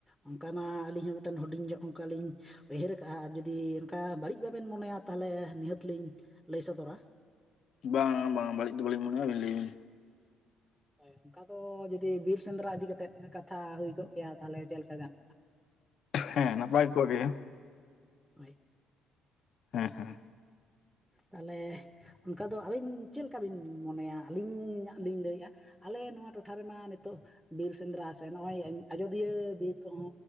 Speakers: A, in the centre; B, on the left.
A: ᱚᱱᱠᱟ ᱢᱟ ᱟᱹᱞᱤᱧ ᱦᱚᱸ ᱢᱤᱫᱴᱮᱱ ᱦᱩᱰᱤᱧ ᱧᱚᱜ ᱚᱱᱠᱟᱞᱤᱧ ᱩᱭᱦᱟᱹᱨ ᱠᱟᱜ-ᱟ ᱟᱨ ᱡᱩᱫᱤ ᱚᱱᱠᱟ ᱵᱟᱹᱲᱤᱡ ᱵᱟᱵᱮᱱ ᱢᱚᱱᱮᱭᱟ ᱛᱟᱦᱚᱞᱮ ᱱᱤᱦᱟᱹᱛ ᱞᱤᱧ ᱞᱟᱹᱭ ᱥᱚᱫᱚᱨᱟ
B: ᱵᱟᱝ ᱵᱟᱝ ᱵᱟᱹᱲᱤᱡ ᱫᱚ ᱵᱟᱞᱤᱧ ᱢᱚᱱᱮᱭᱟ ᱞᱟᱹᱭ ᱵᱤᱱ
A: ᱦᱳᱭ ᱚᱱᱠᱟ ᱫᱚ ᱡᱩᱫᱤ ᱵᱤᱨ ᱥᱮᱸᱫᱽᱨᱟ ᱤᱫᱤ ᱠᱟᱛᱮᱫ ᱠᱟᱛᱷᱟ ᱦᱩᱭ ᱠᱚᱜ ᱠᱮᱭᱟ ᱛᱟᱦᱚᱞᱮ ᱪᱮᱫ ᱞᱮᱠᱟ ᱜᱟᱱ
B: ᱦᱮᱸ ᱱᱟᱯᱟᱭ ᱠᱚᱜ ᱜᱮ
A: ᱦᱳᱭ
B: ᱦᱮᱸ ᱦᱮᱸ
A: ᱛᱟᱦᱚᱞᱮ ᱚᱱᱠᱟ ᱫᱚ ᱟᱹᱵᱤᱱ ᱪᱮᱫᱠᱟ ᱵᱤᱱ ᱢᱚᱱᱮᱭᱟ ᱟᱹᱞᱤᱧᱟᱜ ᱞᱤᱧ ᱞᱟᱹᱭᱮᱫ-ᱟ ᱟᱞᱮ ᱱᱚᱣᱟ ᱴᱚᱴᱷᱟ ᱨᱮᱢᱟ ᱱᱤᱛᱳᱜ ᱵᱤᱨ ᱥᱮᱸᱫᱽᱨᱟ ᱥᱮ ᱱᱚᱜ-ᱚᱭ ᱟᱡᱳᱫᱤᱭᱟᱹ ᱵᱤᱨ ᱠᱚᱦᱚᱸ